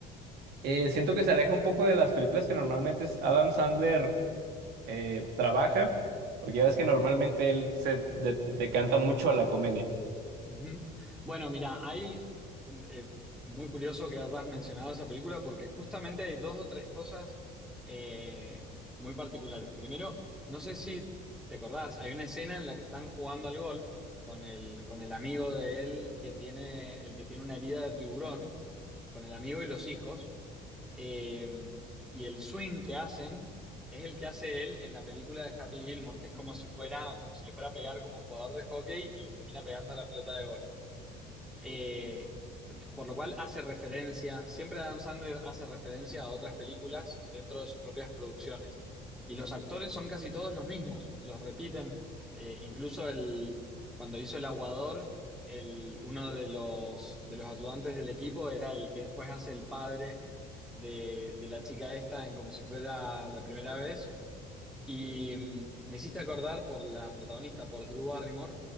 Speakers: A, on the right; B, in the centre.
A: eh, siento que se aleja un poco de las películas que normalmente es- Adam Sandler eh, trabaja, porque ya ves que normalmente él se de- decanta mucho a la comedia.
B: Ujú. Bueno, mira, hay eh, muy curioso que hayas mencionado esa película porque justamente hay dos o tres cosas eh, muy particulares. Primero, no sé si te acordás, hay una escena en la que están jugando al golf con el, con el amigo de él que tiene, el que tiene una herida de tiburón, con el amigo y los hijos. Eh, y el swing que hacen es el que hace él en la película de Happy Gilmore, que es como si fuera, como si le fuera a pegar como jugador de hockey y le termina pegando a la pelota de golf. Eh, por lo cual hace referencia, siempre Adam Sandler hace referencia a otras películas dentro de sus propias producciones. Y los actores son casi todos los mismos, los repiten. Eh, incluso el, cuando hizo El Aguador, el, uno de los, de los ayudantes del equipo era el que después hace el padre de, de la chica esta en como si fuera la primera vez. Y mm, me hiciste acordar por la protagonista, por Drew Barrymore,